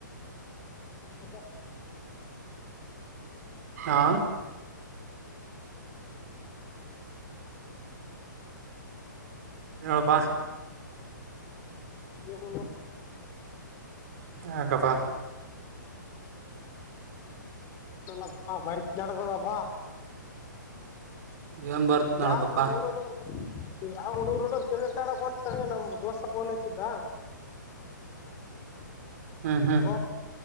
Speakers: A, on the left; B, on the right.
A: ಹೌದ
B: ಹಾ ಎಳಪ್ಪ
A: ದ ಬ
B: ಹ ಗಪ್ಪಾ
A: ಪ್ಪ ವರಿತತದಪ್ಪಾ
B: ಏನ್ ಬರ್ತ್ ನಡದಪ್ಪಾ
A: ಯಾವ ನ ಮೂಡ ಹಡುರು ಇ ಯಾವ ಹುಡುರು ಹಡೋರು ಕಿರಟ ಆಡಕ್ಂತಾರೆ ನಮ ದೋಸ ಪೋನ್ ಹಚ್ಚಿದ್ದ
B: ಹ್ಮ್ ಹ್ಮ್
A: ಹ